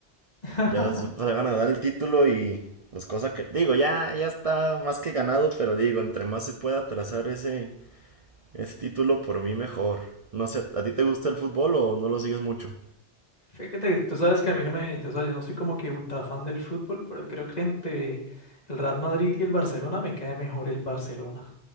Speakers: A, on the left (about 35°); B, on the right (about 35°).
A: <laughs>
B: ya se se van a dar el título y pues cosa que digo, ya ya está más que ganado, pero digo, entre más se pueda atrasar ese ese título por mí mejor. No sé, ¿a ti te gusta el fútbol o no lo sigues mucho?
A: Fíjate, que tú sabes que a mí no me, o sea, yo no soy como que ultra fan del fútbol, pero creo que entre el Real Madrid y el Barcelona me cae mejor el Barcelona.